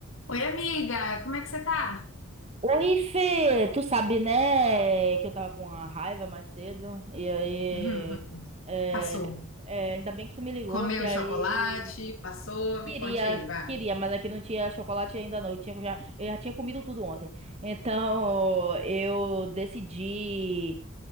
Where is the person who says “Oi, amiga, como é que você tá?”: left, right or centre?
Left